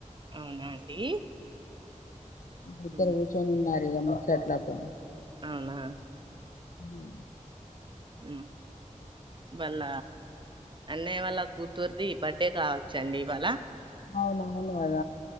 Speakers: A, on the right; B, on the left.
A: అవునా అండి
B: ఇద్దరు
A: ఉమ్,
B: కూచ్చొని ఉన్నరు ఇగా ముచ్చట్ల కు
A: అవునా
B: ఉ
A: ఉ వాళ్ళ అన్నయ్య వాళ్ళ కూతురిది బర్త్ డే కావచ్చండి ఇవాళ
B: అవును అవును కద